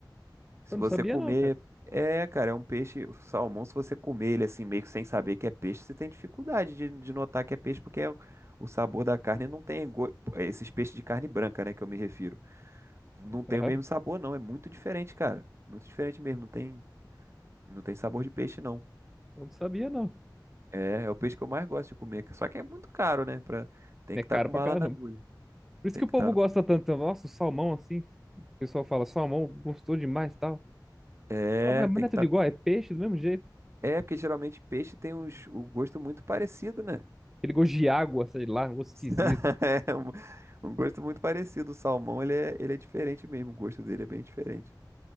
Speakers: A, on the right (about 35°); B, in the centre.
A: Se
B: Eu
A: você
B: não sabia
A: comer,
B: não, cara.
A: é, cara, é um peixe, o salmão, se você comer ele assim, meio que sem saber que é peixe, você tem dificuldade de, de notar que é peixe, porque é- um, o sabor da carne não tem, go- esses peixes de carne branca, né, que eu me refiro. Não tem
B: Aham.
A: o mesmo sabor, não. É muito diferente, cara. Muito diferente mesmo. Não tem, não tem sabor de peixe, não.
B: Eu não sabia, não.
A: É, é o peixe que eu mais gosto de comer. Só que é muito caro, né? Pra... Tem
B: É
A: que
B: caro
A: estar com
B: pra
A: bala
B: caramba.
A: na agulha.
B: Por isso
A: Tem
B: que o
A: que
B: povo
A: estar
B: gosta
A: com...
B: tanto. Nossa, o salmão assim. O pessoal fala, salmão gostou demais e tal.
A: É,
B: Fala, "Ué, mas
A: tem
B: não
A: que
B: é tudo
A: estar
B: igual,
A: com...
B: é peixe do mesmo jeito.
A: É, porque geralmente peixe tem uns... o gosto muito parecido, né?
B: Ele gosto de água, sei lá, um gosto esquisito.
A: <laughs> É um... um gosto muito parecido. O salmão, ele é... ele é diferente mesmo. O gosto dele é bem diferente.